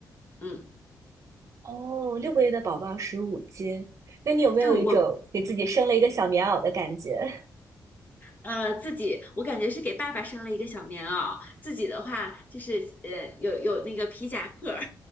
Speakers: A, on the left; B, on the right.
A: 嗯，
B: 哦，六个月的宝宝十五斤，那你有没有一种给自己生了一个小棉袄的感觉？
A: 对，我
B: <laughs>
A: 呃，自己我感觉是给爸爸生了一个小棉袄，自己的话就是呃有有那个皮夹克儿，